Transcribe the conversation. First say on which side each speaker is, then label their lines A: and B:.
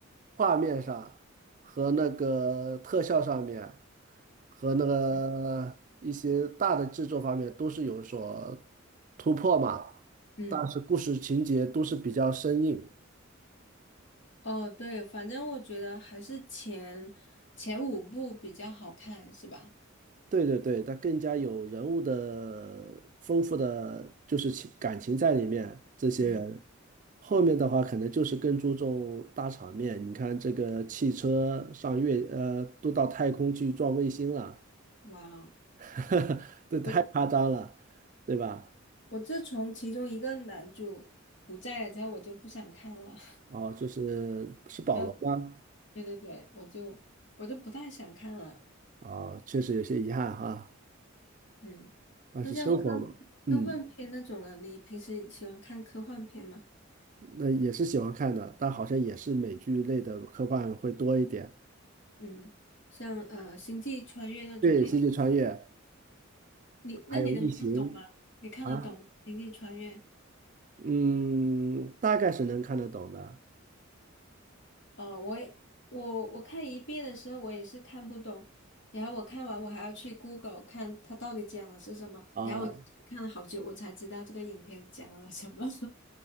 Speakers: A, on the right; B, on the left.
A: 画面上和那个特效上面，和那个一些大的制作方面都是有所突破嘛，
B: <laughs> 嗯，
A: 但是故事情节都是比较生硬。
B: 哦，对，反正我觉得还是前前五部比较好看，是吧？
A: 对对对，它更加有人物的丰富的就是情感情在里面。这些人
B: 嗯，
A: 后面的话，可能就是更注重大场面。你看这个汽车上月，呃，都到太空去撞卫星了，
B: 哇哦，
A: <laughs> 这太夸张了，
B: 我
A: 对吧？
B: 我自从其中一个男主不在了之后，我就不想看了。
A: 哦，就是是保罗吗？
B: 要不，对对对，我就我就不太想看了。
A: 啊，确实有些遗憾哈，
B: 嗯，
A: 但是生活嘛，
B: 那像科
A: 嗯，
B: 科幻片那种的，你平时喜欢看科幻片吗？
A: 那也是喜欢看的，但好像也是美剧类的科幻会多一点。
B: 嗯，像呃《星际穿越》那种，
A: 对，
B: 你有
A: 星际穿越。
B: 你那你能看懂吗？
A: 还有异形
B: 你看得懂吗《星际穿越》？
A: 啊嗯，大概是能看得懂的
B: 哦，我也我我看一遍的时候，我也是看不懂，然后我看完我还要去 Google 看它到底讲的是什么，
A: 啊，
B: 然后我看了好久，我才知道这个影片讲了什么。